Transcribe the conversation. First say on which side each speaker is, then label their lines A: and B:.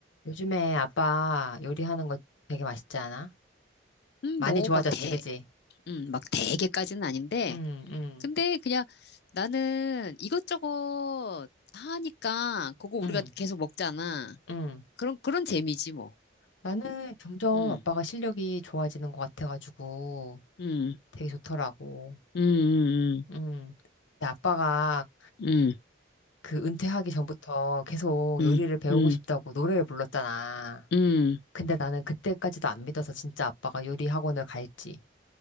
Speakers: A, on the left (about 75°); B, on the left (about 55°).
A: 요즘에 아빠 요리하는 거 되게 맛있지 않아?
B: 음,
A: 많이
B: 뭐,
A: 좋아졌지,
B: 뭐, 대,
A: 그지?
B: 음, 막 대개까지는 아닌데,
A: 응, 응,
B: 근데 그냥 나는 이것저것 하니까 그거 우리가
A: 응,
B: 계속 먹잖아.
A: 응.
B: 그런, 그런 재미지, 뭐.
A: 나는 점점
B: 음,
A: 아빠가 실력이 좋아지는 것 같아가지고
B: 음,
A: 되게 좋더라고.
B: 음, 음,
A: 응. 근데 아빠가
B: 음,
A: 그 은퇴하기 전부터 계속
B: 음,
A: 요리를 배우고
B: 음,
A: 싶다고 노래를 불렀잖아.
B: 음, 음.
A: 근데 나는 그때까지도 안 믿어서 진짜 아빠가 요리 학원을 갈지.